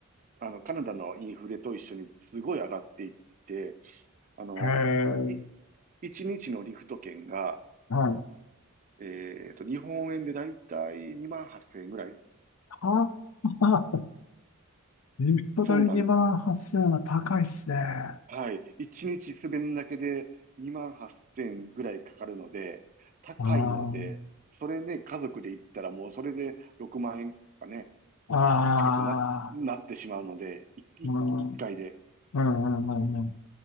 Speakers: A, on the right (about 35°); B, on the left (about 85°).
A: あの、カナダのインフレと一緒にすごい上がっていって、あの、
B: へえ、
A: い、1日のリフト券が、
B: はい。
A: えっと、日本円でだいたい2万8000円ぐらい。
B: あ、あ、リフト代万8
A: そうなん
B: 0はっせんは高いですね。あ
A: はい。一日滑るだけで2万8千0ぐらいかかるので、高いので、
B: あ、
A: それね、家族で行ったらもうそれで6万円とかね、
B: ああ、
A: あの、近くな、なってしまうので、いい一回で。
B: うん、うん、うん、うん。うん